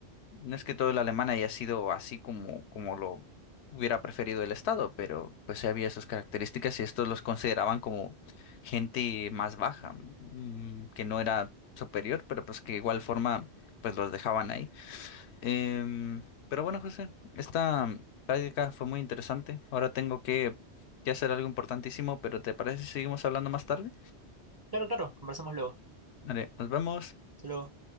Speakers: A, on the left; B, on the right.
A: no es que todo el alemán haya sido así como, como lo hubiera preferido el Estado, pero pues sí había sus características y estos los consideraban como gente más baja, mm, que no era superior, pero pues que de igual forma pues los dejaban ahí. Em, pero bueno, José, esta práctica fue muy interesante. Ahora tengo que, que hacer algo importantísimo, pero ¿te parece si seguimos hablando más tarde?
B: Claro, claro, conversamos luego.
A: Vale, nos vemos.
B: Hasta luego.